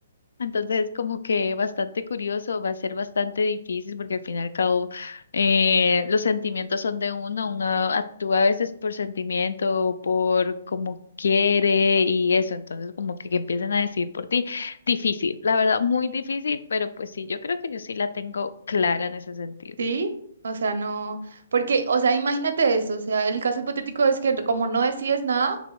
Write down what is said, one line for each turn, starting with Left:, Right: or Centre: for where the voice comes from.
Left: entonces, como que bastante curioso, va a ser bastante difícil porque al fin y al cabo eh, los sentimientos son de uno, uno actúa a veces por sentimiento, por como quiere y eso, entonces como que, que empiecen a decir por ti, difícil, la verdad, muy difícil, pero pues sí, yo creo que yo sí la tengo clara en ese sentido.
Right: sí, O sea, no, porque, o sea, imagínate esto, o sea, el caso hipotético es que como no decides nada,